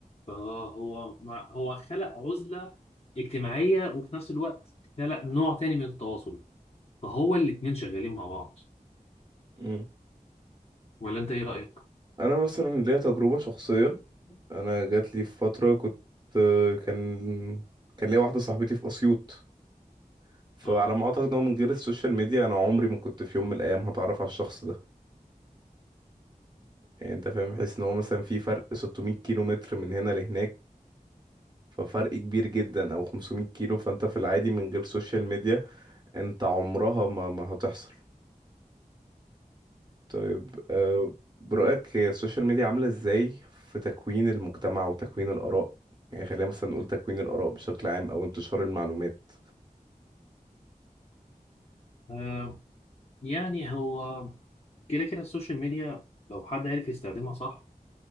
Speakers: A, on the left (about 45°); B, on the right (about 30°).
A: فهو مع- هو خلق عزله اجتماعيه وفي نفس الوقت خلق نوع تاني من التواصل فهو الاتنين شغالين مع بعض
B: مم.
A: ولا انت ايه رايك
B: أنا مثلا ليا تجربة شخصية أنا جات لي في فترة كنت كان كان ليا واحدة صاحبتي في أسيوط فعلى
A: اه
B: ما أعتقد إن هو من غير السوشيال ميديا أنا عمري ما كنت في يوم من الأيام هتعرف على الشخص ده يعني أنت فاهم بحيث إن هو مثلا في فرق 600 كيلو متر من هنا لهناك ففرق كبير جدا أو 500 كيلو فأنت في العادي من غير سوشيال ميديا انت عمرها ما ما هتحصل طيب آه، برأيك هي السوشيال ميديا عاملة ازاي في تكوين المجتمع وتكوين الآراء يعني خلينا مثلا نقول تكوين الآراء بشكل عام او انتشار المعلومات
A: آه. يعني هو كده كده السوشيال ميديا لو حد عارف يستخدمها صح